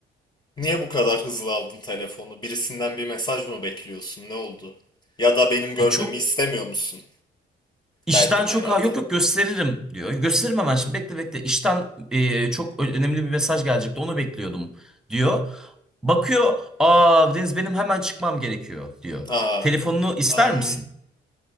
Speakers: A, on the left (about 20°); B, in the centre.
A: Niye bu kadar hızlı aldın telefonu? Birisinden bir mesaj mı bekliyorsun? Ne oldu? Ya da benim görmemi
B: Ya çok
A: istemiyor musun?
B: işten
A: Derdim
B: çok
A: herhalde.
B: ha yok yok gösteririm diyor. Gösteririm hemen şimdi
A: Hı?
B: bekle bekle. İşten e, çok ö- önemli bir mesaj gelecekti onu bekliyordum diyor. Bakıyor aa Deniz benim hemen çıkmam gerekiyor diyor.
A: Aa,
B: Telefonunu ister
A: am,
B: misin?